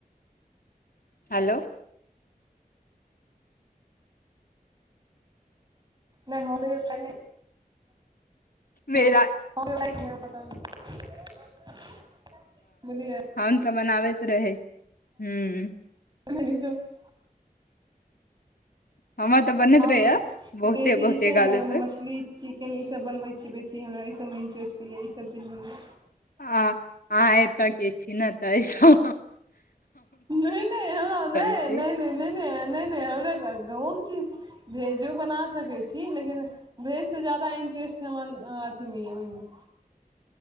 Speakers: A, on the left; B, on the right.
A: हेलो
B: नाए हम कहियौ <unintelligible> <inaudible>
A: मेरा हन त बनाबैत रहै हूँ।
B: आ <unintelligible>
A: हमर तऽ बनैत
B: हम
A: रहैए बहुते
B: बेसी
A: बहुते
B: जे छै
A: गाले
B: ने
A: तक
B: मछली चीकन लेकिन ईसभ बनबै छी बेसी हमरा एहिसभमे इंटरेस्ट होइए ईसभ चीज बनबमे
A: आ आह एतय एथिन न तहिसे
B: नहि नहि ह नहि
A: छी
B: नहि नहि नहि नहि नहि नहि हमरा गाव के चीज भेजो बना सकै छी लेकिन भेज से जादा इंट्रेस्ट हन अथीमे ओहिमे